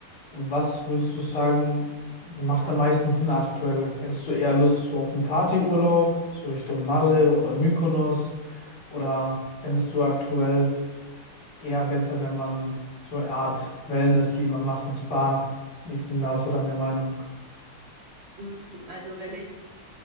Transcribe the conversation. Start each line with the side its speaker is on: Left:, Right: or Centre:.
Left: was würdest du sagen, macht am meisten Sinn aktuell? Hättest du eher Lust so auf einen Partyurlaub, so Richtung Malle oder Mykonos? Oder fändest du aktuell eher besser, wenn man so eine Art Wellness lieber macht und Spa? Wie ist denn da so deine Meinung?
Right: Mm, Also wenn ich